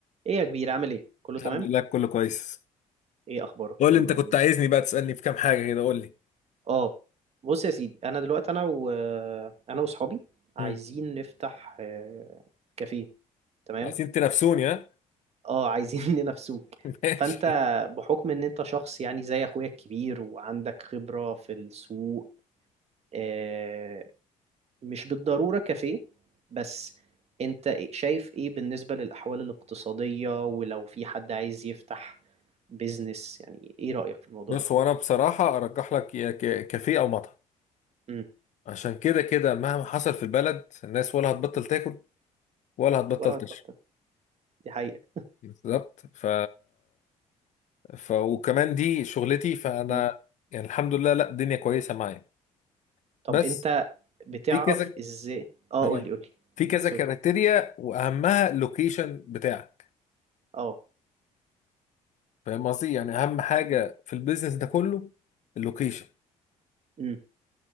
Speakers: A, on the right; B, on the left.
A: ايه يا كبير عامل ايه كله
B: الحمد
A: تمام
B: لله كله كويس
A: ايه اخبارك
B: قول
A: كله
B: لي انت كنت عايزني
A: زي الفل
B: بقى تسألني في كام حاجة كده قول لي
A: اه بص يا سيدي انا دلوقتي انا و آه، انا واصحابي عايزين
B: مم.
A: نفتح آه، كافيه تمام
B: عايزين تنافسوني ها
A: اه عايزين <laughs> ننافسوك
B: <laughs> ماشي
A: فانت بحكم ان انت شخص يعني زي اخويا الكبير وعندك خبرة في السوق آه، مش بالضرورة كافيه بس انت إيه- شايف ايه بالنسبة للاحوال الاقتصادية ولو في حد عايز يفتح بيزنس يعني ايه رأيك في الموضوع
B: بص
A: ده
B: هو انا بصراحة ارجح لك يا ك- كافيه او مطعم
A: إمم.
B: عشان كده كده مهما حصل في البلد الناس ولا هتبطل تاكل ولا هتبطل
A: ولا
B: تشرب
A: هتبطل دي حقيقة
B: بالظبط ف... ف وكمان دي شغلتي فانا
A: مم.
B: يعني الحمد لله لا الدنيا كويسة معايا
A: طب
B: بس
A: انت بتعرف
B: في كذا
A: ازاي اه
B: آه.
A: قول لي قول لي
B: في كذا
A: سوري
B: كريتيريا واهمها اللوكيشن بتاعك
A: اه
B: فاهم قصدي يعني اهم حاجه
A: مم.
B: في البيزنس ده كله اللوكيشن
A: مم.